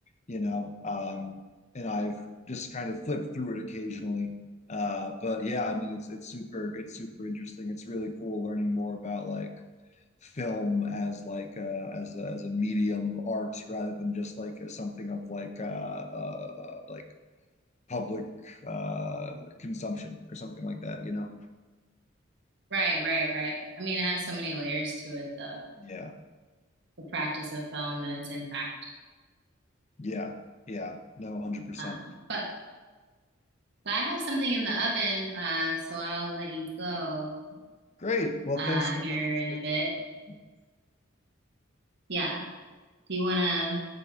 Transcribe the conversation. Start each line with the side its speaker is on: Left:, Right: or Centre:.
Left: you know, um, and I've just kind of flipped through it occasionally. Uh, but yeah, I mean, it's it's super it's super interesting. It's really cool learning more about like film as like uh, as a, as a medium of art rather than just like as something of like uh, uh, like public uh, consumption or something like that, you know?
Right: Right, right, right. I mean, it has so many layers to it, though.
Left: Yeah.
Right: the practice of film and its impact.
Left: Yeah. Yeah. No, 100%.
Right: Um, but, but I have something in the oven, uh, so I'll let you go
Left: Great. Well,
Right: uh,
Left: thanks so
Right: here
Left: much. It was
Right: in
Left: great
Right: a bit.
Left: talking with you.
Right: Yeah. Do you want to